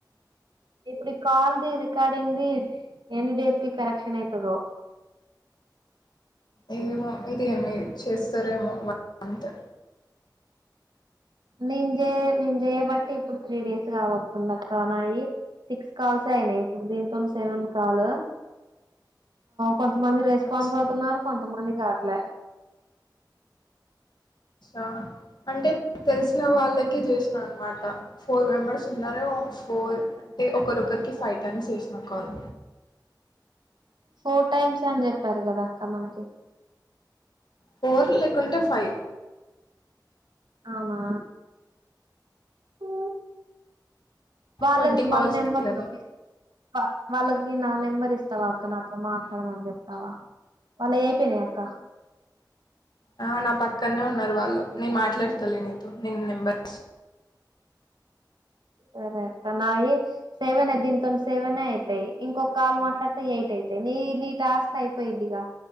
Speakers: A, on the right (about 80°); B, on the left (about 70°).
A: ఇప్పుడు కాల్ ది రికార్డింగ్ ది ఎన్ని డేస్ కి కరెక్షన్ అయితదో
B: ఏమో ఇది అన్ని చేస్తారేమో అంతే
A: నేను నేను చేయ బట్టి ఇప్పుడు త్రీ డేస్ కాబతుంది అక్క నాయి సిక్స్ కాల్స్ అయినాయి. ఇప్పుడు దీంతో సెవెన్ కాల్ కొంతమంది రెస్పాన్స్
B: అచ్చా
A: అవుతున్నారు. కొంతమంది కాట్ల
B: అ అంటే తెలిసిన వాళ్ళకే చేసిన అనమాట ఫోర్ మెంబర్స్ ఉన్నార ఫోర్ అంటే ఒకరుకరికి ఫైవ్ టైమ్స్ చేసిన కాల్
A: ఫోర్ టైమ్స్ అని చెప్పారు. కదా అక్క మనకి
B: ఫోర్ లేకుంటే ఫైవ్
A: ఆనా ఓ వాళ్ళ
B: ట్వంటీ
A: వాళ్ళ
B: కాల్స్
A: నెంబర్
B: ఉన్నాయి కదా
A: బ వాళ్ళకి నాకు నెంబర్ ఇస్తావా అక్క నా మాట్లాడమని చెప్తావా వాళ్ళవి అయిపోయినాయి అక్క
B: ఆ నా పక్కనే ఉన్నారు వాళ్ళు నీను మాట్లాడతలే నీతో నేను నెంబర్
A: సరే అక్క నాయి సెవెన్ దీంతో సెవెన్ అయితాయి ఇంకొక కాల్ మాట్లాడితే ఎయిట్ అయితాయి నీ నీ టాస్క్ అయిపోయిద్దిగా